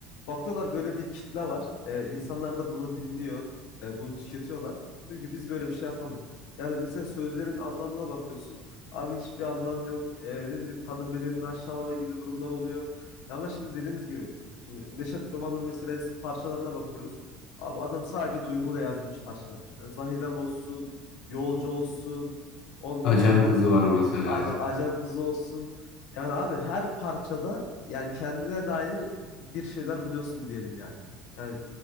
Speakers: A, on the left (about 70°); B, on the left (about 50°).
A: Bakıyorlar böyle bir kitle var. Ee, insanlar da bunu dinliyor. e, bunu tüketiyorlar. Diyor ki biz böyle bir şey yapalım. Yani mesela sözlerin anlamına bakıyorsun. Abi hiçbir anlam yok. Ee, ne bileyim kadın bedenini aşağılama gibi durumlar oluyor. Ya Ama şimdi dediğimiz gibi. Şimdi Neşet Baba'nın mesela eski parçalarına bakıyoruz. Abi adam sadece duyguyla yazılmış parçalar. Yani Zahidem olsun, Yolcu olsun. Ondan
B: Acem
A: sonra
B: Kızı var mesela.
A: Ac- Acem Kızı olsun. Yani abi her parçada yani kendine dair bir şeyler buluyorsun diyelim yani. Yani